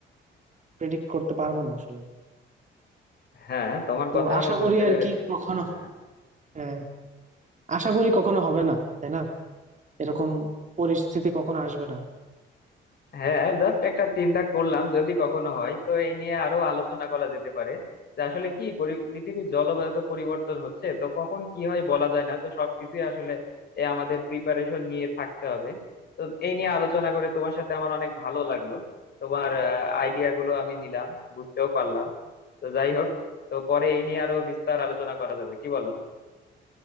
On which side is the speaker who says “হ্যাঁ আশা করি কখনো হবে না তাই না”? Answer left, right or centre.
Right